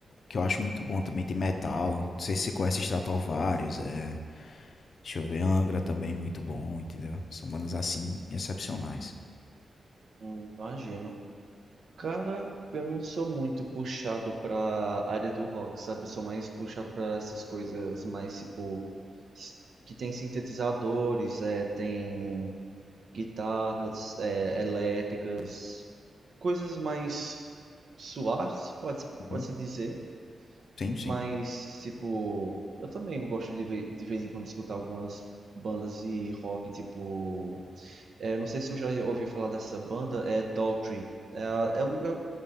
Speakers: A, on the left (about 65°); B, on the right (about 70°).
A: que eu acho muito bom também. Tem metal, não sei se você conhece Stratovarius, é. Deixa eu ver, Angra também, muito bom, entendeu? São bandas assim excepcionais.
B: Hum, Imagino. Cara, eu não sou muito puxado pra área do rock, sabe? Eu sou mais puxado pra essas coisas mais, tipo, s- que tem sintetizadores, é, tem guitarras é, elétricas, coisas mais suaves, pode,
A: Uhum.
B: pode-se dizer,
A: Sim, sim.
B: mas tipo, eu também gosto de, ve- de vez em quando escutar algumas bandas de rock, tipo, é, não sei se você já ouviu falar dessa banda, é Daughtry. É, a- é, um- é-